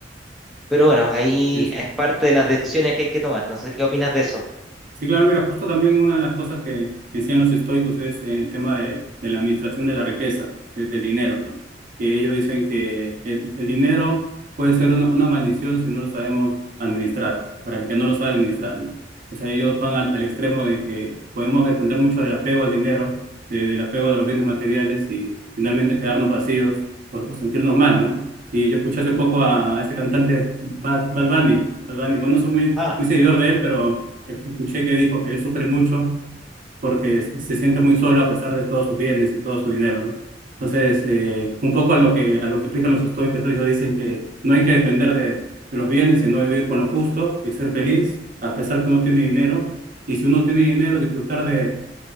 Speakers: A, in the centre; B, on the right.
A: Pero bueno, ahí
B: sí, es cierto.
A: es parte de las decisiones que hay que tomar. No sé qué opinas de eso.
B: Sí, claro, mira, justo también una de las cosas que decían los estoicos es eh, el tema de, de la administración de la riqueza, de- del dinero, ¿no? Que ellos dicen que el, el dinero puede ser una, una maldición si no lo sabemos administrar, para el que no lo sabe administrar, ¿no? O sea, ellos van al, al extremo de que podemos depender mucho del apego al dinero, de- del apego de los bienes materiales y finalmente quedarnos vacíos o, o sentirnos mal, ¿no? Y yo escuché hace poco a este cantante Bad, Bad Bunny, Bad Bunny. Bueno, no soy muy,
A: Ah,
B: muy seguidor de él, pero... Escuché que dijo que él sufre mucho porque se se siente muy solo a pesar de todos sus bienes y todo su dinero, ¿no? Entonces, eh, un poco a lo que, a lo que explican los estoicos, ellos dicen que no hay que depender de, de los bienes, sino vivir con lo justo y ser feliz a pesar que uno tiene dinero. Y si uno tiene dinero, disfrutar de,